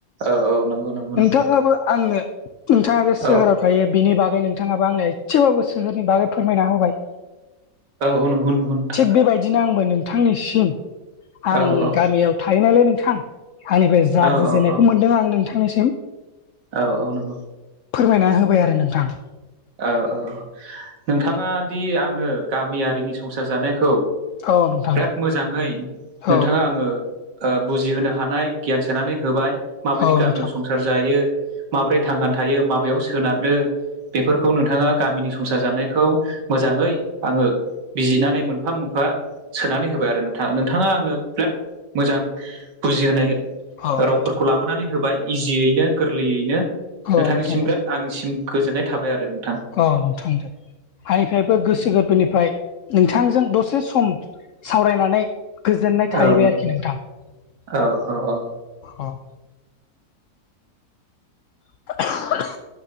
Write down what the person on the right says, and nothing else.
औ औ नंगौ नंगौ नंगौ
औ
औ नंगौ नंगौ नोंथां
औ औ
औ
औ
औ औ नंगौ
औ औ नोंथाङा दि आंनो गामियारिनि संसार जानायखौ
बिराद मोजाङै
नोंथाङा आङो बुजिहोनो हानाय गियान सोनानै होबाय माबायदि
गामियाव
संस सार जायो माब्रै थांनानै थायो माबायाव सोनारनो बेफोरखौ नोंथाङा गामिनि संसार जानायखौ मोजाङै आङो बिजिरनानै मोनफा मोनफा सोनानै होबाय आरो नोंथाङ नोंथाङा आंनो बिराद मोजां बुजिहोनाय
रावफोरखौ
लाबोनानै होबाय इजियैनो गोरलैयैनो
नोंथांनिसिम
बिराद आंनिसिम गोजोननाय थाबाय आरो नों
औ
नोंथां
औ औ औ